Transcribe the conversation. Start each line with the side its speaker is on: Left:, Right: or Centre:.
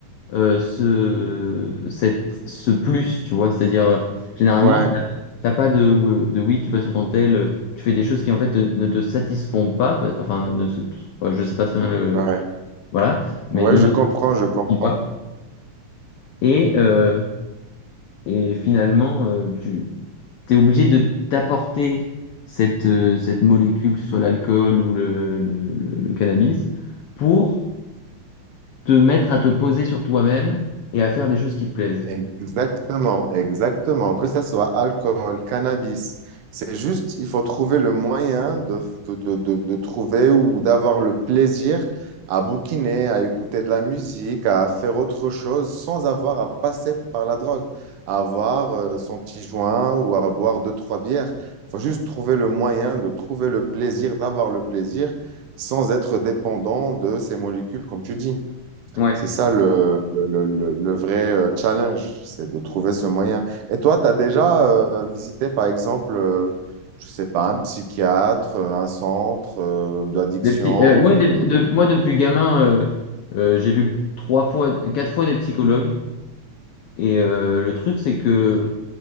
Left: euh, ce, cette, ce plus, tu vois. C'est-à-dire, euh, généralement,
Right: Ouais,
Left: t'as t'as pas de, de oui, tu vas sur ton tel, euh, tu fais des choses qui en fait te- ne te satisfont pas, pa- enfin, ne se- euh, je sais pas très bien le...
Right: ouais.
Left: Voilà, mais
Right: Ouais,
Left: ne
Right: je comprends,
Left: te satisfont
Right: je comprends.
Left: pas. Et... euh, Et finalement, euh, tu es obligé de t'apporter cette, euh, cette molécule, que ce soit l'alcool ou le, le- le- le cannabis, pour te mettre à te poser sur toi-même et à faire des choses qui te plaisent.
Right: Exactement, exactement. Que ce soit alcool, cannabis, c'est juste, il faut trouver le moyen de, de, de- de- de trouver ou d'avoir le plaisir à bouquiner, à écouter de la musique, à faire autre chose sans avoir à passer par la drogue, à avoir euh, son petit joint ou à boire deux, trois bières. Il faut juste trouver le moyen de trouver le plaisir, d'avoir le plaisir sans être dépendant de ces molécules, comme tu dis.
Left: Ouais.
Right: C'est ça le, le, le- le- le vrai euh, challenge, c'est de trouver ce moyen. Et toi, tu as déjà euh, visité, par exemple, euh, je sais pas, un psychiatre, euh, un centre euh, d'addiction
Left: Des psy- euh,
Right: ou...
Left: ouais, des- de-
Right: euh,
Left: moi, depuis gamin, euh, euh, j'ai vu trois fois, quatre fois des psychologues. Et euh, le truc, c'est que